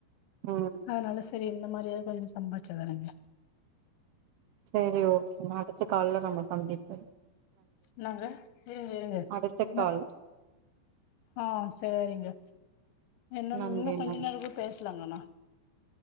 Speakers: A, on the right (about 75°); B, on the left (about 80°).
A: ம்
B: அதுனால சரி இந்த மாரி இப்பியே கொஞ்ச சம்பாரிச்சா தானேங்க
A: சரி ஓகே நாளு து கால்ல நம்ம சந்திப்போம்
B: இன்னாங்க இருங்க இருங்க
A: அடுத்த
B: நஸ்
A: கால்
B: ஆ சேரிங்க இன்னோன்
A: நன்றி
B: இன்னு கொஞ்சே
A: நன்றி
B: நேரே கூட பேசலாங்க ஆனா